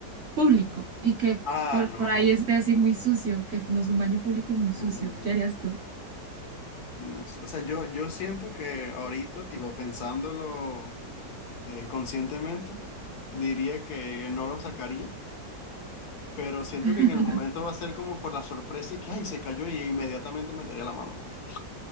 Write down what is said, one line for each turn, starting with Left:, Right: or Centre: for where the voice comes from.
Right: público y que
Left: Ah,
Right: por,
Left: no.
Right: por ahí esté así muy sucio, que no es un baño público y muy sucio.
Left: Uh,
Right: ¿Qué harías tú?
Left: No sé, o sea, yo, yo siento que ahorita, tipo, pensándolo eh, conscientemente, diría que no lo sacaría, pero siento
Right: <laughs>
Left: que en el momento va a ser como por la sorpresa y que, ay, se cayó y inmediatamente metería la mano. pues.